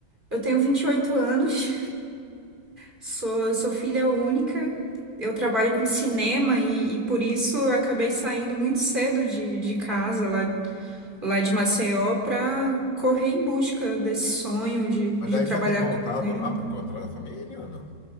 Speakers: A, on the right; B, on the left.
A: eu tenho 28 anos, sou, sou filha única, eu trabalho com cinema e, e por isso eu acabei saindo muito cedo de, de casa, lá, lá de Maceió, para correr em busca desse sonho de, de
B: Mas daí
A: trabalhar
B: você tem voltado
A: com cinema.
B: lá para encontrar a família ou não?